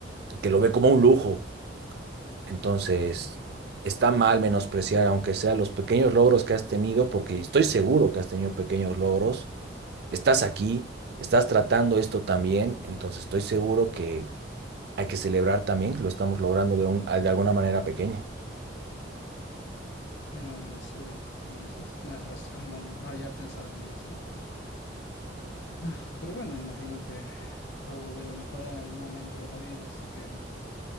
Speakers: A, on the right; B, on the left.
A: que lo ve como un lujo. Entonces,
B: Ujú.
A: está mal menospreciar, aunque sea los pequeños logros que has tenido, porque estoy seguro que has tenido pequeños logros. Estás aquí, estás tratando esto también, entonces estoy seguro que hay que celebrar también que lo estamos logrando de un- de alguna manera pequeña.
B: Bueno, en ese, en eso sí tienes razón, no, no había pensado en eso. Ah, Pero bueno, imagino que todo debe mejorar en algún momento de la vida, así que